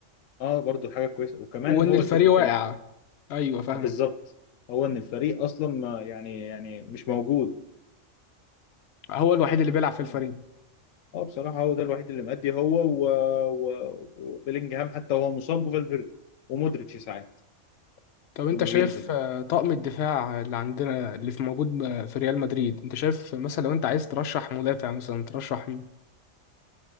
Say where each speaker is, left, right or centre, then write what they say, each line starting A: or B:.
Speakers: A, on the left; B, on the left.
A: اه برضو حاجه كويسه وكمان
B: وان
A: هو
B: الفريق
A: الفكره فين
B: واقع ايوه فاهمك
A: آه، بالظبط هو ان الفريق اصلا ما يعني يعني مش موجود
B: هو الوحيد اللي بيلعب في الفريق
A: ف اه بصراحه هو ده الوحيد اللي مأدي هو و... و... وبيلينجهام حتى وهو مصاب وفالفيردي ومودريتش ساعات
B: طب
A: لما
B: انت شايف
A: بينزل
B: آه، طقم الدفاع اللي عندنا اللي في موجود آه، في ريال مدريد انت شايف مثلا لو انت عايز ترشح مدافع مثلا ترشح مين